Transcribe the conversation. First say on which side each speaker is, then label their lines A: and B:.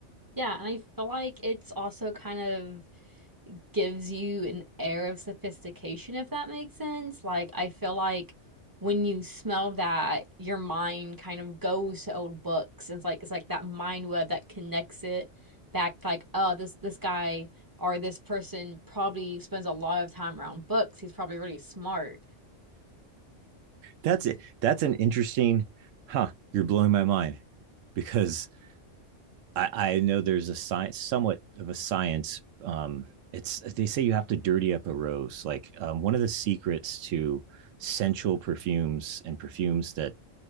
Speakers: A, on the right (about 20°); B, on the right (about 90°).
A: Yeah, and I feel like it's also kind of gives you an air of sophistication, if that makes sense. Like, I feel like when you smell that, your mind kind of goes to old books. It's like it's like that mind web that connects it back, like, oh, this this guy or this person probably spends a lot of time around books. He's probably really smart.
B: that's it that's an interesting huh you're blowing my mind because I, I know there's a science, somewhat of a science. Um, it's they say you have to dirty up a rose. Like um, one of the secrets to sensual perfumes and perfumes that